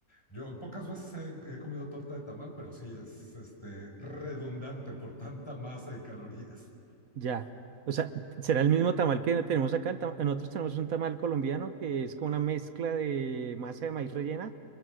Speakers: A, on the left; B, on the right.
A: yo pocas veces he, he comido torta de tamal, pero sí es este, redundante por tanta masa y calorías.
B: Ya. O sea, será el mismo tamal que tenemos acá. El tama- Nosotros tenemos un tamal colombiano que es como una mezcla de masa de maíz rellena